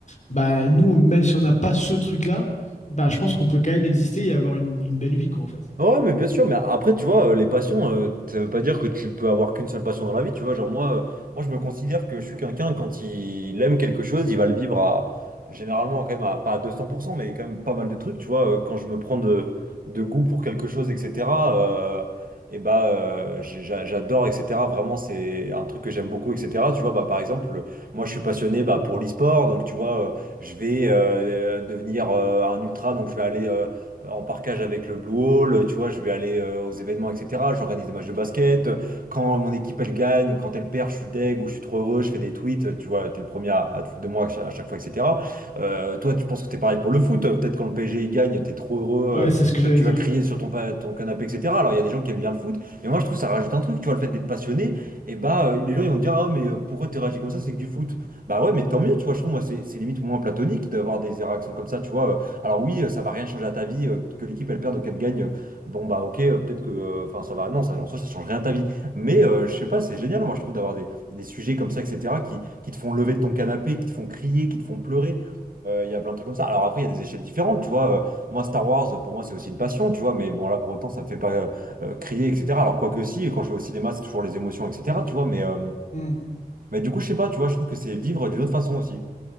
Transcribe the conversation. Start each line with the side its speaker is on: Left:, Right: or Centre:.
Left: Bah, nous, même si on n'a pas ce truc-là, bah, je pense qu'on peut quand même exister et avoir une, une belle vie, quoi, en fait.
Right: Ouais, mais bien sûr, mais après, tu vois, euh, les passions, euh, ça veut pas dire que tu peux avoir qu'une seule passion dans la vie, tu vois. Genre, moi, euh, moi je me considère que je suis quelqu'un, quand il aime quelque chose, il va le vivre à, généralement, quand même, à, pas à 200%, mais quand même pas mal de trucs, tu vois. euh, Quand je me prends de, de goût pour quelque chose, etc., euh, et bah, euh, j'ai- j'a- j'adore, etc. Vraiment, c'est un truc que j'aime beaucoup, etc. Tu vois, bah, par exemple, moi, je suis passionné bah, pour l'e-sport, donc, tu vois, euh, je vais euh, devenir euh, un ultra, donc je vais aller. euh, euh, en parcage avec le Blue Hall, tu vois, je vais aller euh, aux événements, etc. J'organise des matchs de basket. Quand mon équipe elle gagne ou quand elle perd, je suis deg ou je suis trop heureux, je fais des tweets, euh, tu vois, t'es le premier à, à te foutre de moi à cha- à chaque fois, etc. Euh, toi, tu penses que t'es pareil pour le foot? Peut-être quand le PSG il gagne, t'es trop heureux,
Left: Ouais,
Right: euh,
Left: c'est ce que
Right: tu
Left: j'allais
Right: vois, tu
Left: dire.
Right: vas crier sur ton, pa- ton canapé, etc. Alors il y a des gens qui aiment bien le foot, mais moi je trouve que ça rajoute un truc, tu vois, le fait d'être passionné, et bah euh, les gens ils vont te dire, ah mais euh, pourquoi t'es réagi comme ça, c'est que du foot. Bah ouais, mais tant mieux, tu vois, je trouve moi c'est c'est limite moins platonique d'avoir des réactions comme ça, tu vois. euh, alors oui, euh, ça va rien changer à ta vie, euh, que l'équipe elle perde ou qu'elle gagne. euh, Bon bah ok, euh, peut-être que, euh, enfin ça va, non, ça, en soi ça change rien à ta vie. Mais euh, je sais pas, c'est génial, moi je trouve d'avoir des, des sujets comme ça, etc. qui, qui te font lever de ton canapé, qui te font crier, qui te font pleurer. Euh, Il y a plein de trucs comme ça. Alors après, il y a des échelles différentes, tu vois. euh, moi, Star Wars, pour moi, c'est aussi une passion, tu vois. Mais bon, là, pour autant, ça me fait pas euh, euh, crier, etc. Alors quoique si, quand je vais au cinéma, c'est toujours les émotions, etc. Tu vois. Mais, euh,
Left: Mm.
Right: mais du coup, je sais pas, tu vois, je trouve que c'est vivre d'une autre façon aussi.